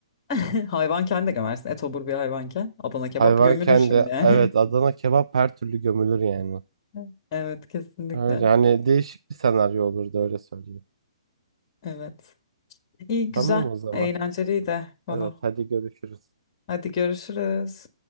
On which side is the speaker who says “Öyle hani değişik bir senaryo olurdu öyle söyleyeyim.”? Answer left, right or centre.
Right